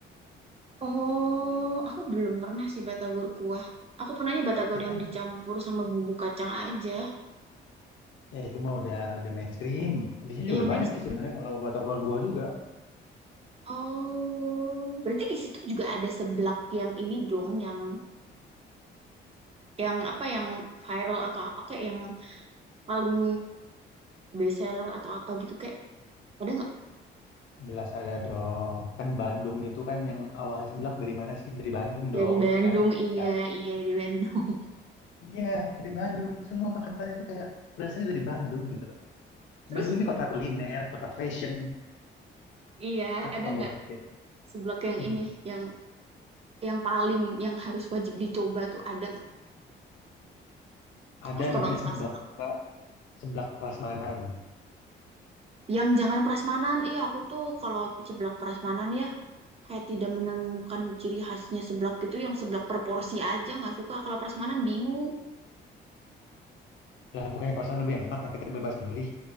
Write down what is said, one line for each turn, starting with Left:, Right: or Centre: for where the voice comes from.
Right: Oh, aku belum pernah sih batagor kuah. Aku pernahnya batagor
Left: Itu
Right: yang
Left: enak.
Right: dicampur sama bumbu kacang aja.
Left: Ya itu mah udah udah mainstream. Di sini
Right: Iya,
Left: juga udah
Right: Mas.
Left: banyak sih sebenarnya kalau batagor buah juga.
Right: Oh, berarti di situ juga ada seblak yang ini dong, yang yang apa yang viral atau apa kayak yang paling best seller atau apa gitu kayak ada nggak
Left: Jelas ada dong. Kan Bandung itu kan yang awalnya seblak dari mana sih? Dari Bandung
Right: dari
Left: dong,
Right: Bandung?
Left: ya kan?
Right: Iya,
Left: Ya.
Right: iya dari Bandung.
Left: Iya, dari Bandung. Semua makanan itu kayak berasanya dari Bandung gitu loh.
Right: <laughs> Terus
Left: Bandung ini kota kuliner, kota fashion.
Right: iya ada
Left: sombong
Right: nggak
Left: dikit.
Right: seblak yang
Left: <laughs>
Right: ini yang yang paling yang harus wajib dicoba tuh ada nggak?
Left: Ada
Right: Aku suka
Left: namanya
Right: banget sama
Left: seblak
Right: seblak.
Left: pra- seblak prasmanan.
Right: Yang jangan prasmanan, iya aku tuh kalau seblak prasmanan ya kayak tidak menemukan ciri khasnya seblak gitu. Yang seblak per aja nggak suka. Kalau prasmanan bingung.
Left: Lah bukannya prasmanan lebih enak ya kita bebas milih.